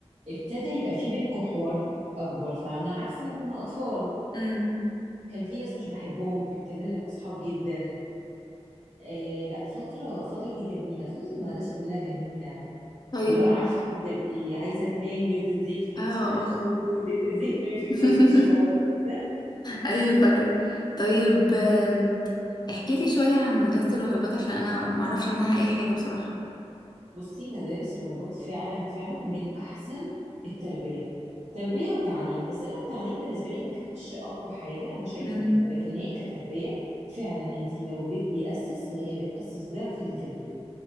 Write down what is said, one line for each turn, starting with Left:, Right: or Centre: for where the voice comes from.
Right: ابتدى يبقى في بينكوا حوار أكبر فاهمة عكس ما كنا أطفال
Left: امم
Right: كان في ناس مش بحبهم ابتدينا نبقى أصحاب جدا آه لا فترة الفترة دي جميلة فترة المدرسة كلها جميلة و...
Left: طيب
Right: وبقى عارفة لما تبقي عايزة تنامي وتنزلي تقولي
Left: اه اه
Right: مثلا هدخل التويليت تنزلي تنامي في التويليت
Left: <laughs>
Right: شوية وكده
Left: ايوه فاكرة طيب أم، احكيلي شوية عن مدرسة الراهبات عشان انا معرفش عنها اي حاجة بصراحة
Right: بصي مدارس الراهبات فعلا فعلا من أحسن التربية تربية وتعليم بس أنا التعليم بالنسبة لي ما كانش أقوى حاجة أنا شايفة
Left: امم
Right: كده لكن هي كتربية فعلا أنت لو البيت بيأسس فهي بتأسس ضعف اللي في البيت